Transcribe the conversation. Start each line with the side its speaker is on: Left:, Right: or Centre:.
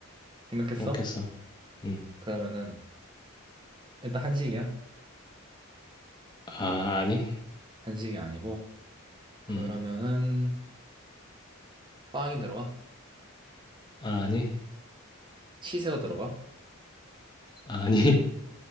Right: 생각했어?
Left: 생각했어. 응.
Right: 그러면은 일단 한식이야.
Left: 아, 아니.
Right: 한식이 아니고 그러면은
Left: 응.
Right: 빵이 들어가?
Left: 아, 아니.
Right: 치즈가 들어가?
Left: 아, 아니. <laughs>